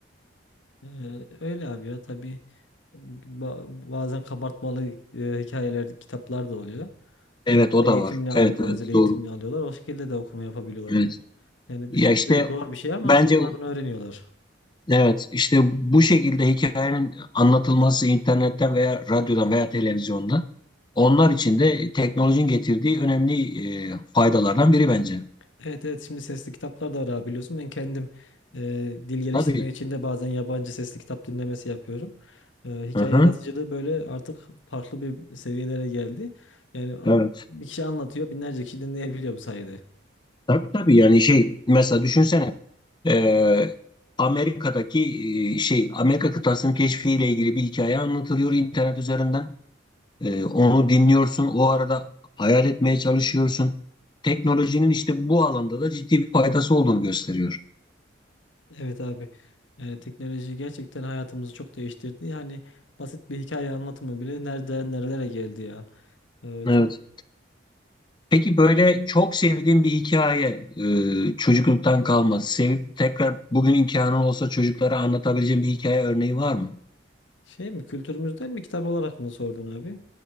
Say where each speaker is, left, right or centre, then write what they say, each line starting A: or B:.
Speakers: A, on the left (about 85°); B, on the left (about 25°).
A: Ee, öyle abi ya tabii Ba- bazen kabartmalı e, hikayeler kitaplar da oluyor.
B: Evet
A: Onu
B: o
A: da
B: da
A: eğitimini
B: var.
A: alıyorlar,
B: Evet evet
A: özel eğitimini
B: doğru.
A: alıyorlar. O şekilde de okuma yapabiliyorlar
B: Evet.
A: onlar. Yani
B: Ya
A: düşününce
B: işte
A: zor bir şey ama
B: bence
A: onlar onu öğreniyorlar.
B: evet işte bu şekilde hikayenin anlatılması internetten veya radyodan veya televizyonda onlar için de teknolojinin getirdiği önemli e, faydalardan biri bence.
A: Evet evet şimdi sesli kitaplar da var abi biliyorsun. Ben kendim e, dil geliştirmek
B: Tabii.
A: için de bazen yabancı sesli kitap dinlemesi yapıyorum. E, hikaye
B: Hı hı.
A: anlatıcılığı böyle artık farklı bir seviyelere geldi. Yani a-
B: Evet.
A: bir kişi anlatıyor binlerce kişi dinleyebiliyor bu sayede.
B: Tabii tabii yani şey mesela düşünsene e, Amerika'daki e, şey Amerika kıtasının keşfiyle ilgili bir hikaye anlatılıyor internet üzerinden. Ee, onu dinliyorsun. O arada hayal etmeye çalışıyorsun. Teknolojinin işte bu alanda da ciddi bir faydası olduğunu gösteriyor.
A: Evet abi. Yani teknoloji gerçekten hayatımızı çok değiştirdi. Yani basit bir hikaye anlatımı bile nereden nerelere geldi ya. E, çok
B: Evet. Peki böyle çok sevdiğin bir hikaye, e, çocukluktan kalma, sevip tekrar bugün imkanın olsa çocuklara anlatabileceğin bir hikaye örneği var mı?
A: şey mi kültürümüzden mi kitap olarak mı sordun abi?